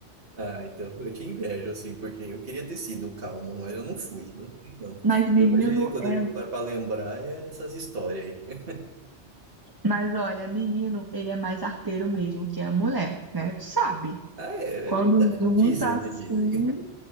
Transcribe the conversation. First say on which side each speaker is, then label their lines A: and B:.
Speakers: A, on the right; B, on the right.
A: Ah, então eu te invejo, assim, porque eu queria ter sido o calmo, mas eu não fui, não fui, não.
B: Mas menino
A: E hoje, quando
B: é.
A: eu paro para lembrar, é essas histórias aí. <laughs>
B: Mas olha, menino, ele é mais arteiro mesmo que a mulher, né? Tu sabe?
A: Ah, é,
B: Quando
A: é verdade.
B: junta
A: Dizem,
B: assim.
A: né? Dizem.